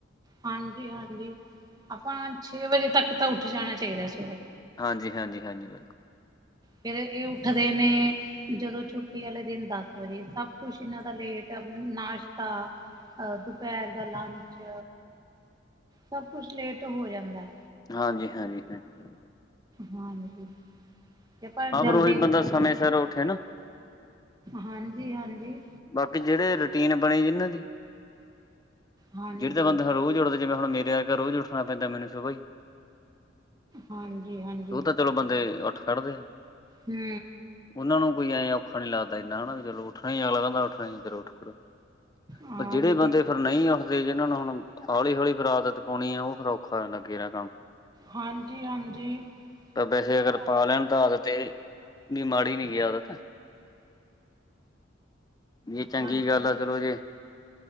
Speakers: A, on the right; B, on the left.
A: ਹਾਂਜੀ- ਹਾਂਜੀ ਆਪਾਂ ਛੇ ਵਜੇ ਤੱਕ ਤਾਂ ਉੱਠ ਜਾਨਾ ਚਾਈਦਾ ਸਵੇਰੇ
B: ਹਾਂਜੀ -ਹਾਂਜੀ, ਹਾਂਜੀ ਬਿਲਕੁਲ।
A: ਫੇਰ ਏਹ ਉੱਠਦੇ ਨੇ ਜਦੋਂ ਛੁੱਟੀ ਆਲੇ ਦਿਨ ਦਸ ਵਜੇ, ਸਬ ਕੁਛ ਇਨਾਂ ਦਾ ਲੇਟ ਨਾਸ਼ਤਾ ਅ ਦੁਪੈਹਰ ਦਾ ਲੰਚ, ਸਬ ਕੁਛ ਲੇਟ ਹੋ ਜਾਂਦੈ।
B: ਹਾਂਜੀ- ਹਾਂਜੀ, ਹਾਂਜੀ ਹਾਂ।
A: ਹਾਂਜੀ <unintelligible> ਤੇ ਪਰ
B: ਹਾਂ,
A: ਜਲਦੀ
B: ਫਿਰ ਓਹੀ
A: ਉੱਠ
B: ਬੰਦਾ ਸਮੇਂ ਸਿਰ ਉੱਠੇ ਨਾ
A: ਹਾਂਜੀ-ਹਾਂਜੀ।
B: ਬਾਕੀ ਜੇੜੇ ਰੂਟੀਨ ਬਣੀ ਜਿਨਾਂ ਦੀ
A: ਹਾਂਜੀ
B: ਜੇੜੀ ਤਾਂ ਬੰਦਾ ਰੋਜ ਉਠ ਜਿਵੇਂ ਹੁਨ ਮੇਰੇ ਵਰਗਾ ਰੋਜ ਉੱਠਣਾ ਪੈਂਦੈ ਮੈਨੂੰ ਸੁਬਾ ਈ
A: ਹਾਂਜੀ ਹਾਂਜੀ
B: ਸੋ ਤਾਂ ਚਲੋ ਬੰਦੇ ਉੱਠ ਖੜਦੇ ਐ।
A: ਹੂੰ।
B: ਓਨਾ ਨੂੰ ਕੋਈ ਐਂ ਔਖਾ ਨੀਂ ਲੱਗਦਾ ਇੰਨਾ ਨਾ ਵੀ ਚਲੋ ਉੱਠਣਾ ਈ ਐ, ਅਗਲਾ ਕੈੰਦਾ ਉੱਠਣਾ ਮੈੰ ਉੱਠਣਾ ਈ ਐ ਚਲੋ ਉੱਠ ਖੜੋ। ਫੇਰ
A: ਹਾਂਜੀ
B: ਜੇੜੇ ਬੰਦੇ ਫੇਰ ਨਈਂ ਉਠਦੇ ਜਿਨਾਂ ਨੂੰ ਹੁਨ ਹੌਲੀ- ਹੌਲੀ ਫਿਰ ਆਦਤ ਪੋਨੀ ਐ ਓ ਫਿਰ ਔਖਾ ਹੋ ਜਾਂਦੈ ਅੱਗੇ ਕੇਰਾਂ ਕੰਮ।
A: ਹਾਂਜੀ ਹਾਂਜੀ
B: ਵੈਸੇ
A: ਇਹ
B: ਅਗਰ
A: ਤਾਂ ਹੈ
B: ਪਾ ਲੈਨ ਤਾਂ ਆਦਤ ਏਹ ਨੀਂ ਮਾੜੀ ਨੀਂ ਗੀ ਆਦਤ ਜੀ ਚੰਗੀ
A: ਹਾਂਜੀ
B: ਗੱਲ ਐ, ਚਲੋ ਜੇ